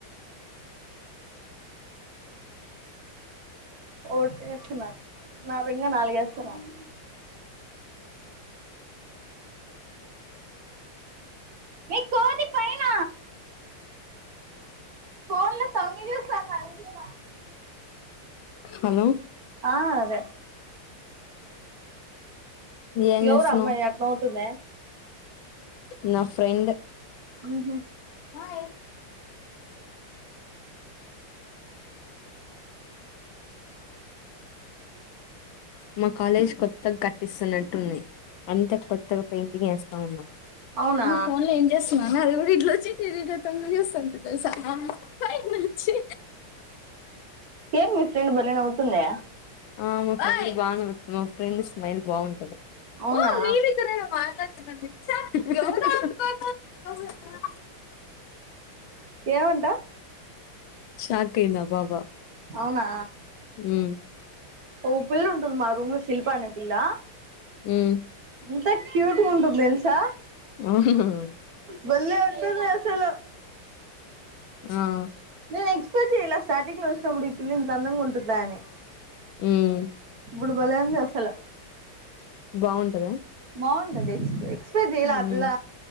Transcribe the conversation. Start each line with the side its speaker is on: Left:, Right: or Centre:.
Right: పోటి వేస్తున్నారు నా వింగా నాలుగేస్తున్నారు ఏ కోతి పైన ఫోన్లో తొంగిచూస్తోంది అది కూడా
Left: హలో
Right: ఆ అదే
Left: ఏం
Right: ఎవరు
Left: చేస్తున్నావ్
Right: ఆ అమ్మాయి అట్ల నవుతుంది
Left: నా ఫ్రెండు
Right: ఆహా
Left: మే మా కాలేజ్ కొత్తగా కట్టిస్తున్నారు ఉంది అంత కొత్తగా పెయింటింగ్ వేస్తా ఉన్నా
Right: అవునా
Left: నువ్ ఫోన్ లో ఏం చేస్తున్నావ్ అది కూడా ఇట్లోచి ఇట్లిట్ల తొంగిచూస్తోంది తెలుసా పైనుంచి
Right: ఏం మీ ఫ్రెండ్ భలే నవుతుంది
Left: ఆ మా ఫ బా మా ఫ్రెండ్ స్మైల్ బాగుంటది
Right: అవునా
Left: ఓ మీరిద్దరేనా మాట్లాడుతున్నది ఎవరు అనుకోను
Right: ఏమంటా
Left: షాక్ అయింది ఆ పాప
Right: అవునా
Left: హ్మ్మ్
Right: ఓ పిల్ల ఉంటుంది మా రూమ్ లో శిల్పా అనే పిల్ల
Left: హ్మ్మ్
Right: ఎంత క్యూట్ గా ఉందో తెలుసా
Left: అవునా
Right: భలే ఉంటుంది అసలు
Left: ఆ
Right: నేను ఎక్స్పెక్ట్ చేయలే స్టార్టింగ్ లో వచ్చినప్పుడు ఈ పిల్ల ఇంతందంగా ఉంటుందా అని
Left: హ్మ్మ్
Right: ఇప్పుడు భలే అంది అసలు
Left: బాగుంటదా
Right: ఆన్ ద రిస్ట్ ఎక్స్పెక్ట్ చేయలా
Left: ఉమ్
Right: ఆ పిల్ల